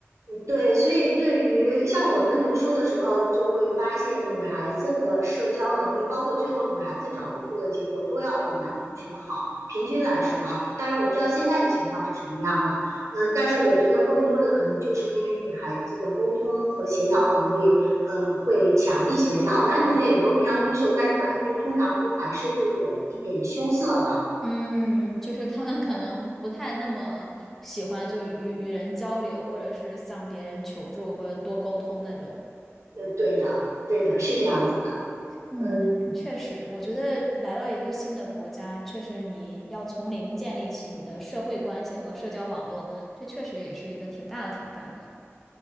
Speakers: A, on the right (about 80°); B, in the centre.
A: 嗯对，所以对于像我们读书的时候，就会发现女孩子的社交能力，包括最后女孩子找工作的结果，都要比男同学好。平均来说啊，当然我不知道现在的情况是什么样的，嗯，但是我觉得更多的可能就是因为女孩子的沟通和协调能力，呃，会强一些。然后男同学也都非常优秀，但是男同学通常都还是会有一点羞涩嘛。
B: 嗯，就是他们可能不太那么喜欢就与与人交流，或者是向别人求助，或者多沟通那种。
A: 呃，对的，对的，是这样子的。
B: 嗯，
A: 嗯，
B: 确实，我觉得来到一个新的国家，确实你要从零建立起你的社会关系和社交网络，这确实也是一个挺大的挑战的。